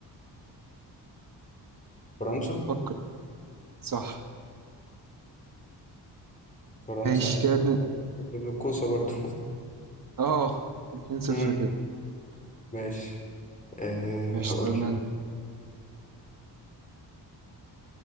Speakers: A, on the left (about 20°); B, on the right (about 50°).
A: فرنسا
B: فكر صح
A: فرنسا
B: ماشي
A: 2019
B: كده اتنين
A: بالكوسه برضو
B: اه اتنين صفر
A: <laughs> مم.
B: كده
A: ماشي أه
B: ماشي
A: هقول
B: استنى انت.